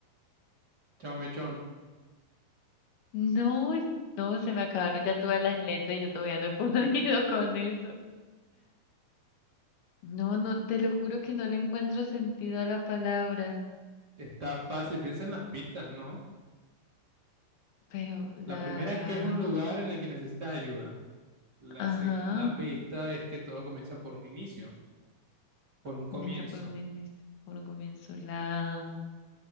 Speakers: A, on the right; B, on the left.
A: Chao, mechón.
B: No, en- no, se me acabaron ya todas las letras y yo todavía no he <laughs> podido con eso. No, no, te lo juro que no le encuentro sentido a la palabra.
A: Está fácil, piensa en las pistas, ¿no?
B: Pero la.
A: La primera es que es un lugar en el que necesitas ayuda. La
B: Ajá.
A: segunda pista es que todo comienza por un inicio, por un comienzo.
B: Comienza por un inicio, por un comienzo. La,